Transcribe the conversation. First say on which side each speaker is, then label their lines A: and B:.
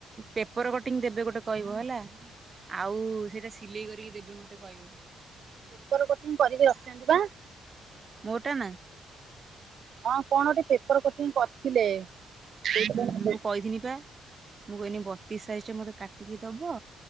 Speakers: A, on the right (about 35°); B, on the right (about 60°).
A: ପେପର କଟିଂ ଦେବେ ଗୋଟେ କହିବ ହେଲା। ଆଉ ସେଇଟା ସିଲେଇ କରିକି ଦେବେ ମତେ କହିବ।
B: ପେପର କଟିଙ୍ଗି କରିକି ରଖିଛନ୍ତି ପା।
A: କଟା ନା।
B: ହଁ କଣ ଗଟେ ପେପର କୋଚିଂ କରିଥିଲେ ସେ
A: ହୁଁ ହୁଁ ମୁଁ କହିଥିନି ପା ମୁଁ କହିନି ବ ଦି ସାଇଜ ଟା ମତେ କାଟିକି ଦବ